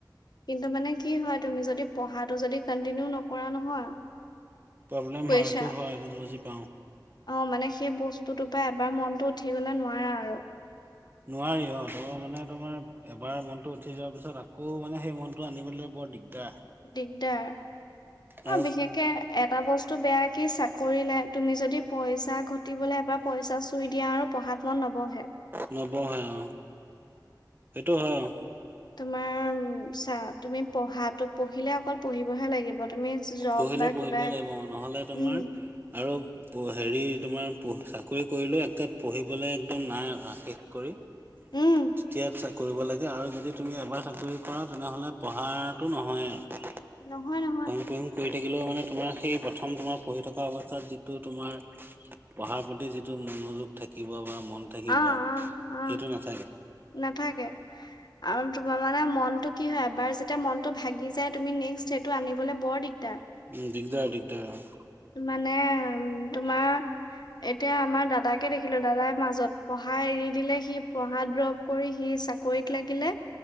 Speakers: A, on the left; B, on the right.
A: কিন্তু মানে কি হয়, তুমি যদি পঢ়াটো যদি কন্টিনিউ নকৰা নহয়।
B: প্ৰব্লেম
A: কৈছা
B: হয়, সেইটো হয়, সেইটো বুজি পাওঁ।
A: অ মানে সেই বস্তুটোৰ পৰা এবাৰ মনটো উঠি গলে নোৱাৰে আৰু।
B: নোৱাৰি অ তাপা মানে তোমাৰ এবাৰ মনটো উঠি যোৱাৰ পিছত, আকৌ মানে সেই মনটো আনিবলে বৰ দিগদাৰ।
A: দিগদাৰ,
B: আৰু
A: অ বিশেষকে এটা বস্তু বেয়া কি চাকৰি লাইন, তুমি যদি পইচা ঘটিবলে বা পইচা চুই দিয়া আৰু পঢ়াত মন নবহে।
B: নবহে অ, সেইটো হয় অ।
A: তোমাৰ চা, তুমি পঢ়াত, পঢ়িলে অকল পঢ়িবহে লাগিব। তুমি জব
B: পঢ়িলে
A: বা
B: পঢ়িবই
A: কিবা
B: লাগিব, নহলে তোমাৰ
A: উম
B: আৰু হেৰি তোমাৰ চাকৰি কৰিলে, একে পঢ়িবলে একদম নাই আশা শেষ কৰি।
A: উম
B: তেতিয়া কৰিব লাগে আৰু যদি তুমি এবাৰ চাকৰি কৰা তেনেহ'লে পঢ়াটো নহয়েই।
A: নহয়, নহয়।
B: কৰি থাকিলেও মানে তোমাৰ সেই প্ৰথম তোমাৰ পঢ়ি থকা অৱস্থাত যিটো তোমাৰ। পঢ়াৰ প্ৰতি যিটো মনোযোগ থাকিব বা মন থাকিব
A: অ অ
B: সেইটো
A: অ
B: নাথাকে।
A: নাথাকে। আৰু তোমাৰ মানে মনটো কি হয় এবাৰ যেতিয়া মনটো ভাগি যায় তুমি নেক্সট সেইটো আনিবলৈ বৰ দিগদাৰ।
B: উম দিগদাৰ দিগদাৰ অ,
A: মানে উ তোমাৰ, এতিয়া আমাৰ দাদাকে দেখিলো দাদাৰ মাজত পঢ়া এৰি দিলে সি পঢ়া দ্ৰৱ কৰি সি চাকৰিত লাগিলে